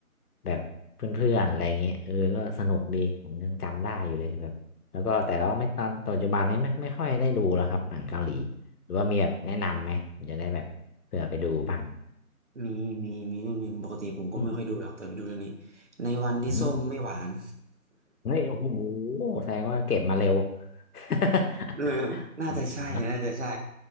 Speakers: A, on the left (about 85°); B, on the right (about 50°).
A: แบบเพื่อนๆอะไรเงี้ยเออก็สนุกดีผมยังจำได้อยู่เลยแบบแล้วก็แต่เราไม่ตอนปัจจุบันนี้ไม่ไม่ค่อยได้ดูแล้วครับหนังเกาหลีหรือว่ามีแบบแนะนำไหมผมจะได้แบบเผื่อไปดูบ้าง
B: มีมีมีเรื่องหนึ่งปกติผมก็ไม่ค่อยดูหรอกแต่ไปดูเรื่องนี้
A: อืม
B: ในวันที่ส้มไม่หวาน
A: อืมเฮ้ยโอ้โหแสดงว่าเก็บมาเร็ว <laughs>
B: <laughs> เออน่าจะใช่น่าจะใช่
A: อ๋อ